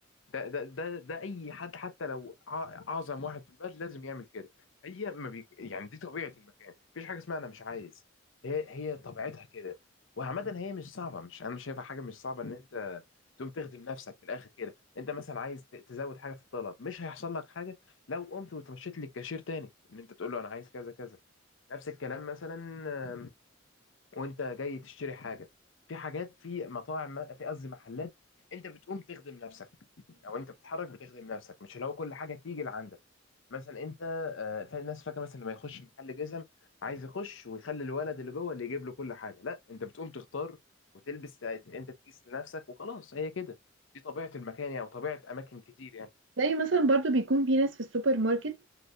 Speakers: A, on the left; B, on the right.
A: ده ده ده ده اي حد حتى لو أع- اعظم واحد في البلد لازم يعمل كده هي ما بيك... يعني دي طبيعه المكان مفيش حاجه اسمها انا مش عايز هي هي طبيعتها كده وعامه هي مش صعبه مش انا مش شايفها حاجه مش صعبه ان انت تقوم تخدم نفسك من الاخر كده انت مثلا عايز ت- تزود حاجه في الطلب مش هيحصل لك حاجه لو قمت وتمشيت للكاشير تاني ان انت تقول له انا عايز كذا كذا نفس الكلام مثلا آم، وانت جاي تشتري حاجه في حاجات في مطاعم في قصدي محلات انت بتقوم تخدم نفسك او انت بتتحرك بتخدم نفسك مش اللي هو كل حاجه تيجي لعندك مثلا انت آه، فا- الناس فاكره مثلا لما يخش محل جزم عايز يخش ويخلي الولد اللي جوه اللي يجيب له كل حاجه لا انت بتقوم تختار وتلبس ت- انت تقيس لنفسك وخلاص هي كده دي طبيعه المكان يعني وطبيعه اماكن كتير يعني
B: زي مثلا برضو بيكون في ناس في السوبر ماركت